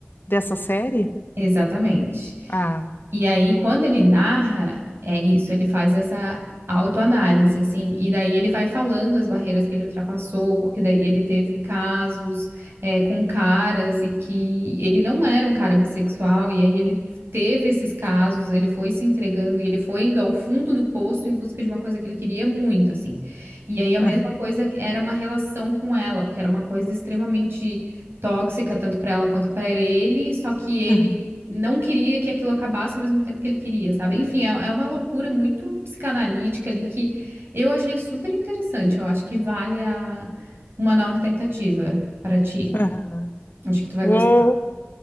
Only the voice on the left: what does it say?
dessa série?
Ah,
aham,
aham,
aham.
Uou!